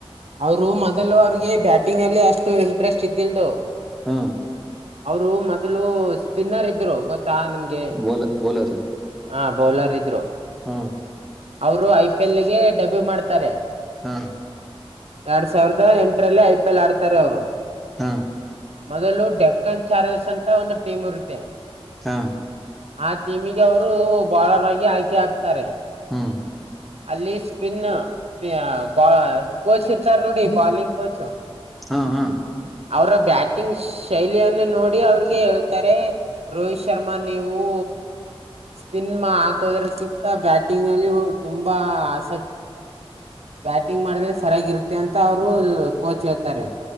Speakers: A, on the right; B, in the centre.
A: ಅವರು ಮೊದಲು ಅವ್ರಿಗೆ ಬ್ಯಾಟಿಂಗ್ ಅಲ್ಲಿ ಅಷ್ಟು ಇಂಟ್ರೆಸ್ಟ್ ಇದ್ದಿಲ್ದವ್.
B: ಹಾ.
A: ಅವರು ಮೊದಲು ಸ್ಪಿನ್ನರ್ ಇದ್ರು ಗೊತ್ತಾ ನಿಮ್ಗೆ.
B: ಬೌಲ ಬೌಲರ್
A: ಹಾ ಬೌಲರ್ ಇದ್ರು.
B: ಹ
A: ಅವರು ಐ ಪಿ ಎಲ್ಗೆ ಡಬಿ ಮಾಡ್ತಾರೆ
B: ಹ
A: ಎರಡ್ ಸಾವಿರದ ಎಂಟರಲ್ಲಿ ಐ ಪಿ ಎಲ್ ಆಡ್ತಾರೆ ಅವರು
B: ಹ
A: ಮೊದಲು ಡೆಕ್. ಕಂಚಾರ್ಜಸ್ ಅಂತ ಒಂದು ಟೀಮ್ ಇರುತ್ತೆ
B: ಹ
A: ಆ. ಟೀಮಿಗೆ ಅವರೂ ಬಾಲರ್ ಆಗಿ ಆಯ್ಕೆ ಆಗ್ತಾರೆ.
B: ಹ್ಮ.
A: ಅಲ್ಲಿ. ಪಿನ್ ಕೋಚ್ ಬಾ ಕೋಚ್ ಇರ್ತಾರ್ ನೋಡಿ ಬಾಲಿಂಗ್ ಕೋಚು.
B: ಹಾ ಹಾ.
A: ಅವರ ಬ್ಯಾಟಿಂಗ್ ಶೈಲಿಯನ್ನು ನೋಡಿ ಅವ್ರಿಗೆ ಹೇಳ್ತಾರೆ ರೋಹಿತ್ ಶರ್ಮಾ ನೀವೂ. ಸ್ಪಿನ್ ಮಾ-ಹಾಕೋದ್ರಕ್ಕಿಂತ ಬ್ಯಾಟಿಂಗ್ ನಲ್ಲಿ ತುಂಬಾ ಆಸಕ್ತಿ ಬ್ಯಾಟಿಂಗ್ ಮಾಡಿದ್ರೆ ಸರಿಯಾಗಿರುತ್. ತ್ತೇ ಅಂತ ಅವರು ಕೋಚ್ ಹೇಳ್ತಾರೆ.